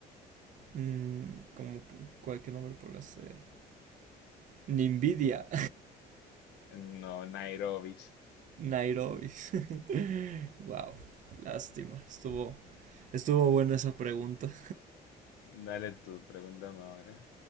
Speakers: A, on the right (about 50°); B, on the left (about 85°).
A: mm, como cualquier nombre por hacer. Nimbidia.
B: No, Nairobi.
A: Nairobi. <laughs> wow, lástima. Estuvo, estuvo buena esa pregunta.
B: Dale tú, pregúntame ahora.